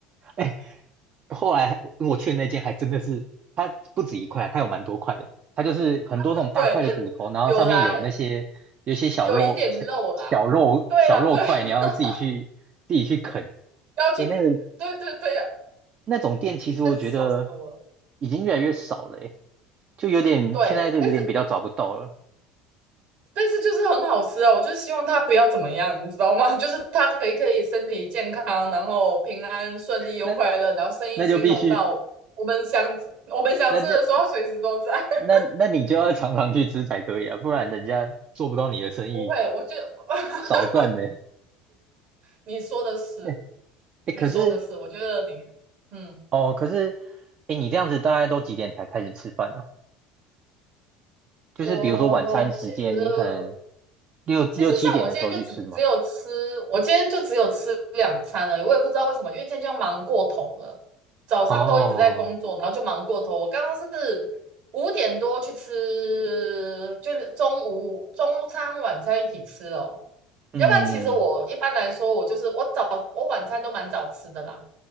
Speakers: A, on the right; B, on the right.
A: 哎，后来我去的那间还真的是，它不止一块，它有蛮多块的。它就是很多那种大块的骨头，
B: <laughs> 对，但
A: 然后上面有那些有一些小肉小小肉小肉块，
B: 有啦，有一点肉啦。对呀，对啊，
A: 你要自己去自己去啃。
B: <laughs> 要去，
A: 哎，那个
B: 对对对，呀，
A: 那种店其实我觉得
B: 真是笑死我了。
A: 已经越来越少了，哎，就有点现在就有点比较找不到了。
B: 对，但是但是就是很好吃啊，我就希望它不要怎么样，你知道吗？<laughs> 就是它可以可以身体健康，然后平安顺利又快乐，
A: 那
B: 然后生意兴隆到我们想我们想吃的时候随时都在。
A: 那就必须，那就
B: <laughs>
A: 那那你就要常常去吃才可以啊，不然人家做不到你的生意，
B: 不会，我觉得 <laughs>
A: 少赚呢。
B: 你说的是，
A: <laughs> 哎，
B: 你说的是，
A: 可是
B: 我觉得你，嗯，
A: 哦，可是哎，你这样子大概都几点才开始吃饭啊？就是比如说晚餐时间，
B: 我其实
A: 你可能六六七点的时候去吃吗？
B: 其实像我今天就只只有吃，我今天就只有吃两餐了，我也不知道为什么，因为今天就忙过头了，早上都一直在工作，
A: 哦
B: 然后就忙过头。我刚刚是五点多去吃，就是中午中餐晚餐一起吃哦。
A: 嗯，
B: 要不然其实我一般来说，我就是我早我晚餐都蛮早吃的啦，